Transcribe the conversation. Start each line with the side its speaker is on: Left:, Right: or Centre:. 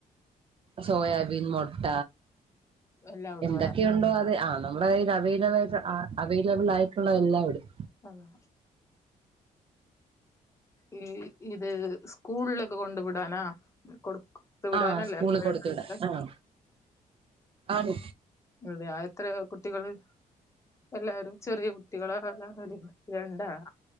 Right: സോയാബീൻ മൊട്ട
Left: എല്ലാം ഇടുവല്ലോ
Right: എന്തൊക്കെയുണ്ടോ അത് ആണ നമ്മുടെ കയ്യിൽ അവൈലബി അവൈലബിൾ ആയിട്ടുള്ളത് എല്ലായിടും
Left: അതോ ഈ ഇത് സ്കൂളിലൊക്ക കൊണ്ടു വിടാനാ കൊട്ക് കൊടുത്തു വിടാനല്ലേ
Right: ആ സ്കൂളിൽ
Left: ഫൈഡ്
Right: കൊടുത്തു
Left: റൈസ്
Right: വിടാൻ ആ ആണ്
Left: അതെ ആഹ് എത്ര കുട്ടികള് എല്ലാരും ചെറിയ കു ട്ടികളാ <unintelligible> രണ്ടാണ